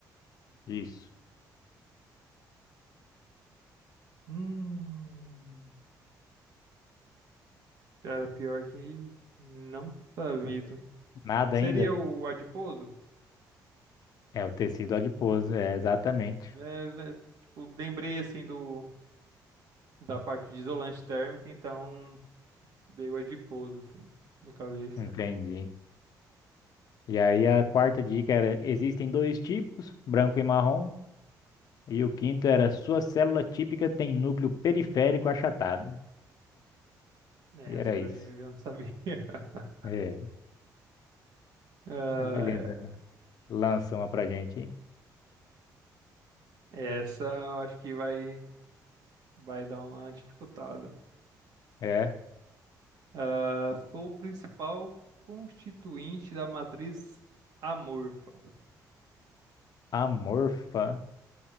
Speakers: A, on the left (about 60°); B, on the right (about 65°).
A: Isso.
B: Hum, cara, pior que não tá vindo.
A: Nada
B: Seria
A: ainda?
B: o adiposo?
A: É o tecido adiposo, é exatamente.
B: É, né, tipo, lembrei assim do da parte de isolante térmico, então veio adiposo assim na cabeça.
A: Entendi. E aí a quarta dica era: existem dois tipos, branco e marrom. E o quinto era: sua célula típica tem núcleo periférico achatado.
B: É,
A: E era
B: Essa daí
A: isso.
B: eu já não sabia. <laughs>
A: É,
B: Ah,
A: mas beleza. Lança uma pra gente, hein?
B: é. essa eu acho que vai vai dar uma dificultada.
A: É.
B: Ah, sou o principal constituinte da matriz amorfa.
A: Amorfa.